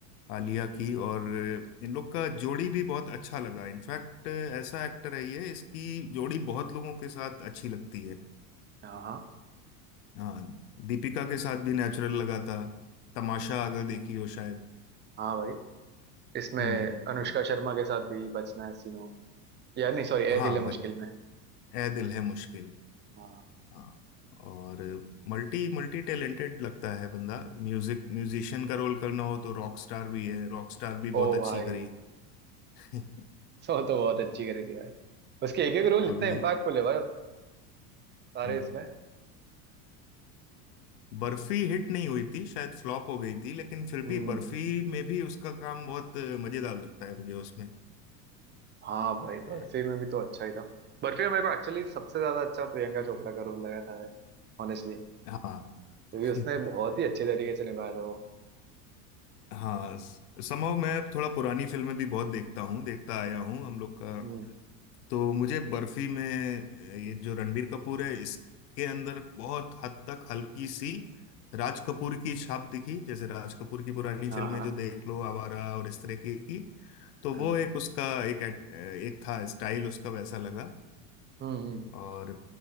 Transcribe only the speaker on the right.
हम्म
हाँ हाँ
हाँ भाई इसमें
अनुष्का
शर्मा के साथ भी बचना है सीनो यार नहीं सॉरी ए
दिल है मुश्किल
में
हाँ
ओ
भाई
सो तो बहुत अच्छी करी थी भाई उसके एक एक रोल इतना
इम्पैक्टफुल है भाई सारे
इसमें
हम्म
हाँ भाई बर्फी
में भी तो अच्छा ही था बर्फी में मेरे को एक्चुअली सबसे ज्यादा अच्छा प्रियंका चोपड़ा का रोल लगा था यार ऑनेस्टली
क्योंकि
उसने बहुत ही अच्छे तरीके से निभाया था वो
हम्म
हाँ हाँ
हाँ
हम्म हम्म